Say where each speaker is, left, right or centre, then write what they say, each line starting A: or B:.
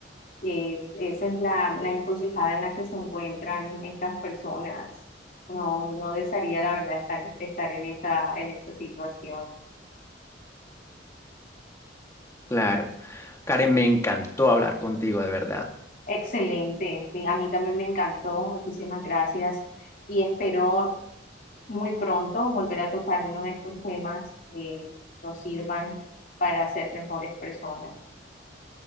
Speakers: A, on the left; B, on the left.
A: Eh, esa es la, la encrucijada en la que se encuentran estas personas. No, no desearía, la verdad, estar, estar en esa, en esa situación.
B: Claro. Karen, me encantó hablar contigo, de verdad.
A: Excelente. Sí, A mí también me encantó. Muchísimas gracias. Y espero muy pronto volver a tocar uno de estos temas que nos sirvan para ser mejores personas.